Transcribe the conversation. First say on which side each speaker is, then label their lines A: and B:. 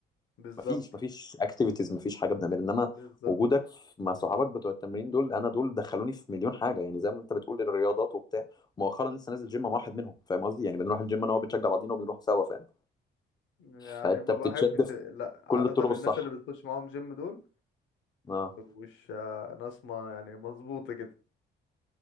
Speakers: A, on the left; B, on the left.
A: بالظبط
B: مفيش مفيش اكتيفيتيز مفيش حاجه بنعملها انما
A: بالظبط
B: وجودك في- مع صحابك بتوع التمرين دول انا دول دخلوني في مليون حاجه يعني زي ما انت بتقول الرياضات وبتاع مؤخرا لسه نازل جيم مع واحد منهم فاهم قصدي يعني بنروح الجيم
A: مم.
B: انا وهو بنشجع بعضينا وبنروح سوا فاهم
A: يعني
B: فانت
A: ما
B: بتتشد
A: بحبش
B: في
A: لا عادة
B: كل الطرق
A: الناس
B: الصح
A: اللي بتخش معاهم جيم دول
B: اه
A: مش آه، ناس ما يعني مظبوطة كده